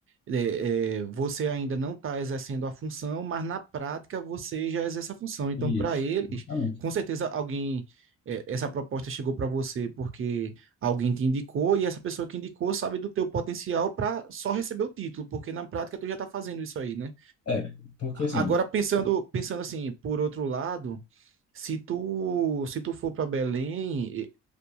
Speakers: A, on the right; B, on the left.
A: é, é, você ainda não está exercendo a função, mas na prática você já exerce a função. Então,
B: isso,
A: para eles,
B: exatamente.
A: com certeza alguém é, essa proposta chegou para você porque alguém te indicou e essa pessoa que indicou sabe do teu potencial para só receber o título, porque na prática tu já está fazendo isso aí, né?
B: É, porque assim,
A: Agora pensando, pensando assim, por outro lado, se tu, se tu for para Belém,